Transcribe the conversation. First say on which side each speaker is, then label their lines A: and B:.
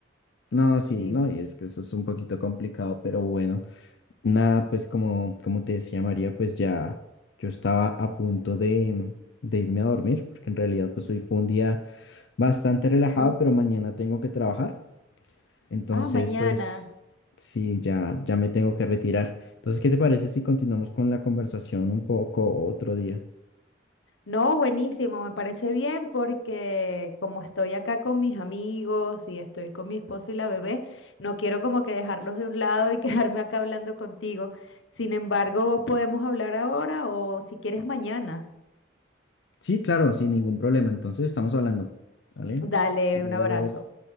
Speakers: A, on the left; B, on the left.
A: No, sí,
B: Sí.
A: no, y es que eso es un poquito complicado, pero bueno. Nada, pues como, como te decía María, pues ya yo estaba a punto de, de irme a dormir, porque en realidad pues hoy fue un día bastante relajado,
B: Un-
A: pero mañana tengo que trabajar. Entonces,
B: ah, mañana.
A: pues sí, ya, ya me tengo que retirar. Entonces, ¿qué te parece si continuamos con la conversación un poco otro día?
B: No, buenísimo, me parece bien porque como estoy acá con mis amigos y estoy con mi esposo y la bebé, no quiero como que dejarlos de un lado y <laughs> quedarme acá hablando contigo. Sin embargo, podemos hablar ahora o si quieres mañana.
A: Sí, claro, sin ningún problema. Entonces, estamos hablando. ¿Vale?
B: Dale,
A: Adiós.
B: un abrazo.